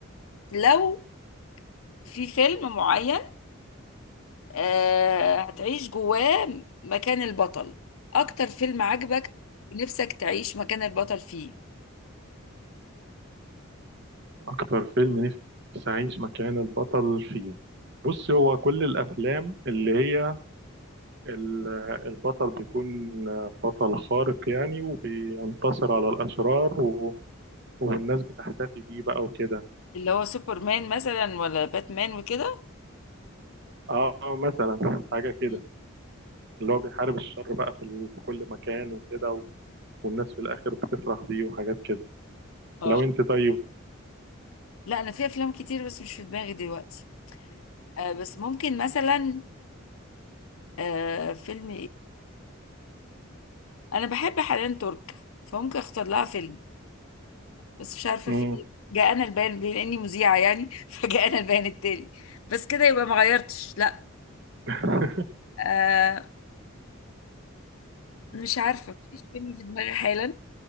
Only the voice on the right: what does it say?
اكتر فيلم نفسي اعيش مكان البطل فيه بص هو كل الافلام اللي هي ال- البطل بيكون بطل خارق يعني وبينتصر على
الأشرار و... والناس بتحتفي بيه بقى وكده
اه مثلا حاجة كده
اللي هو بيحارب الشر بقى في, ال... في كل مكان وكده و... والناس في الآخر بتفرح بيه وحاجات كده
لو انت طيب
مم.
<laughs>